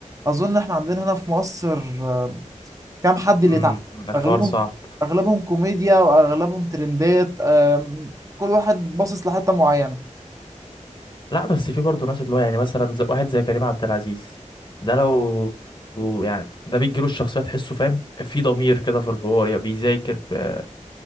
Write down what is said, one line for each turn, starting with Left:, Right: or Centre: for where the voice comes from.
Right: اظن احنا عندنا هنا في مصر آه، كام حد اللي
Left: امم
Right: تع...
Left: الحوار
Right: اغلبهم
Left: صعب
Right: اغلبهم كوميديا واغلبهم ترندات آم، كل واحد باصص لحته معينه
Left: لا بس في برضه ناس اللي هو يعني مثلا زي واحد زي كريم عبد العزيز ده لو لو يعني ده بيجيله الشخصية تحسه فاهم في ضمير كده في الحوار يعني بيذاكر ب...